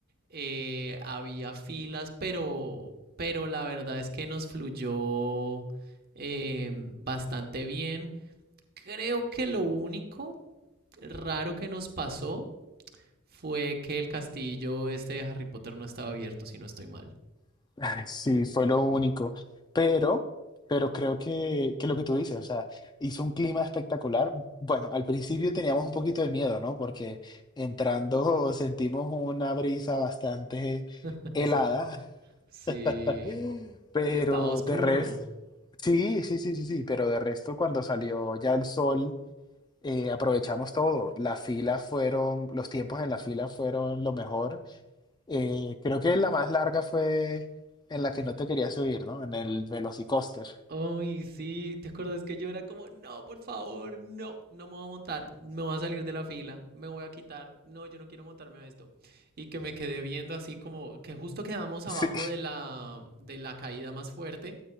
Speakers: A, on the right (about 50°); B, on the left (about 20°).
A: eh, había filas, pero, pero la verdad es que nos fluyó eh, bastante bien. Creo que lo único raro que nos pasó fue que el castillo este de Harry Potter no estaba abierto, si no estoy mal.
B: <laughs> Ay, sí, fue lo único. Pero, pero creo que, que lo que tú dices, o sea, hizo un clima espectacular. Bueno, al principio teníamos un poquito de miedo, ¿no? Porque entrando <laughs> sentimos una brisa bastante
A: <laughs>
B: helada,
A: Sí, sí.
B: <laughs> pero
A: Y estaba oscuro.
B: de resto, sí, sí, sí, sí, sí, pero de resto cuando salió ya el sol, eh, aprovechamos todo. La fila fueron, los tiempos en la fila fueron lo mejor. Eh, creo que la más larga fue en la que no te quería subir, ¿no? En el Velocicoaster. <laughs>
A: Ay, sí, ¿te acuerdas que yo era como, no, por favor, no, no me voy a montar, me voy a salir de la fila, me voy a quitar, no, yo no quiero montarme a esto. Y que me quedé viendo así como que justo quedamos abajo
B: Sí.
A: de la, de la caída más fuerte.